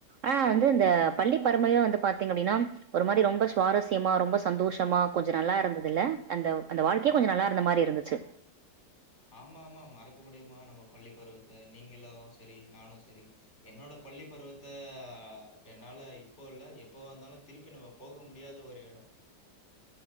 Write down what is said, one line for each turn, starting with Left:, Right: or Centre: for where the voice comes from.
Right: ஆ வந்து இந்த பள்ளி பருமையு வந்து பாத்தீங்க அப்டின்னா ஒரு மாரி ரொம்ப சுவாரஸ்யமா ரொம்ப சந்தோஷமா கொஞ்சொ நல்லாருந்ததுல்ல அந்த அந்த வாழ் க்கே கொஞ்சோ நல்லாருந்த மாரி இருந்துச்சு
Left: ஆமா ஆமா மறக்க முடிமா நம்ம பள்ளி பருவத்த நீங்ளு செரி நானு செரி என்னோட பள்ளி பருவத்த என்னால இப்போ இல்ல எப்போவாந்தாலு திருப்பி நம்ம போக முடியாத ஒரு எடோ